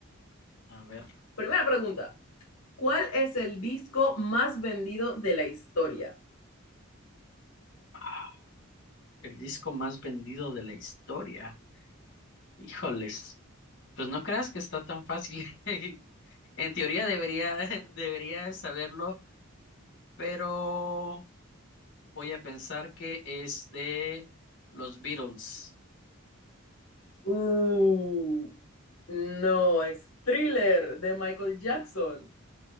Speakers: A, on the left; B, on the left.
A: A ver,
B: Primera pregunta, ¿cuál es el disco más vendido de la historia?
A: ah, el disco más vendido de la historia. Híjoles, pues no creas que está tan fácil. <laughs> En teoría debería, <laughs> debería saberlo, pero... Voy a pensar que es de los Beatles.
B: Uh, no, es Thriller de Michael Jackson.